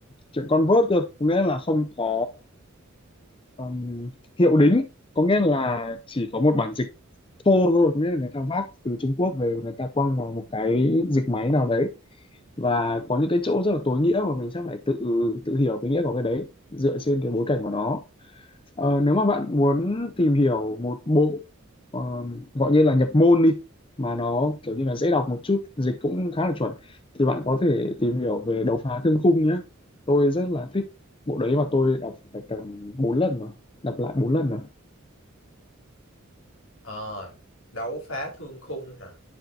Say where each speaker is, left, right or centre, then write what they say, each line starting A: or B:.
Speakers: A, on the left; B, on the left.
A: chuyện con vớt cơ, có nghĩa là không có Ừm, hiệu đính có nghĩa là chỉ có một bản dịch thô thôi có nghĩa là người ta vác từ Trung Quốc về người ta quăng vào một cái dịch máy nào đấy và có những cái chỗ rất là tối nghĩa mà mình sẽ phải tự tự hiểu cái nghĩa của cái đấy dựa trên cái bối cảnh của nó Ờ, nếu mà bạn muốn tìm hiểu một bộ ờ, gọi như là nhập môn đi mà nó kiểu như là dễ đọc một chút dịch cũng khá là chuẩn thì bạn có thể tìm hiểu về Độc Phá Thương Khung nhé tôi rất là thích bộ đấy và tôi đọc phải tầm 4 lần rồi đọc lại 4 lần rồi
B: Ờ, đấu phá thương khung hả